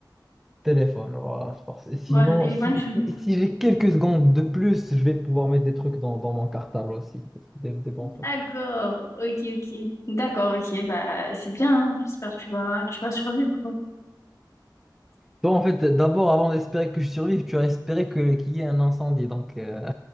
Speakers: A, in the centre; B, on the left.
A: téléphone, voilà. je pense. Et Sinon,
B: Voilà, le téléphone,
A: si,
B: tu
A: si,
B: le mets.
A: si j'ai quelques secondes de plus, je vais pouvoir mettre des trucs dans, dans mon cartable aussi, des, des bons trucs.
B: D'accord. Ok, ok. D'accord, ok. Bah, c'est bien. hein. J'espère que tu vas, tu vas survivre, quoi.
A: Toi, en fait, d'abord, avant d'espérer que je survive, tu as espéré que, qu'il y ait un incendie, donc... euh,